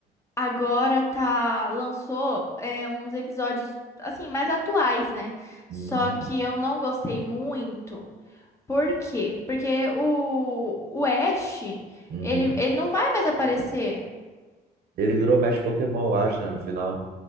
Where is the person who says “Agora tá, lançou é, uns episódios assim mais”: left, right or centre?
Left